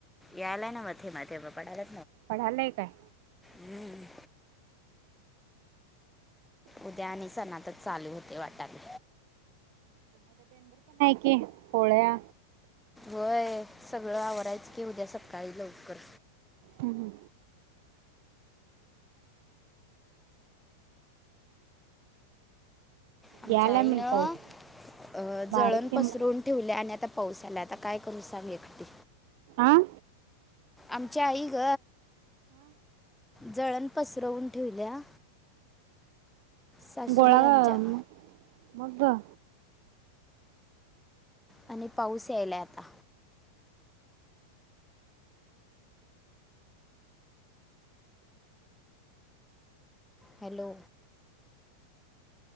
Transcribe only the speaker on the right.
पडलाय काय
ी पळया
हम्म
यालाय म्हण
पाऊस बारीक
किंबा
आह
गोळा
म मग ग